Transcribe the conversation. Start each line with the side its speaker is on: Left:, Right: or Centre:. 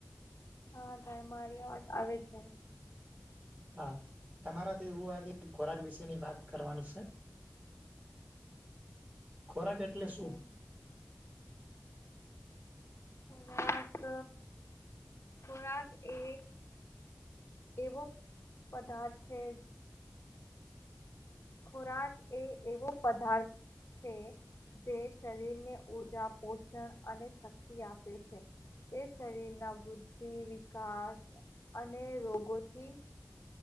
Left: હા ભાઈ, મારી અવાજ આવે છે
Right: હા. તમારાથી હું આજે ખોરાક વિસેની વાત કરવાનું સે. ખોરાક એટલે
Left: ઓકે
Right: સુ?
Left: વાત ખોરાક એ એવો પદાર્થ છે ખોરાક એ એવો પદાર્થ છે જે શરીરને ઉર્જા, પોષણ અને શક્તિ આપે છે. તે શરીરના બુદ્ધિ, વિકાસ અને રોગોથી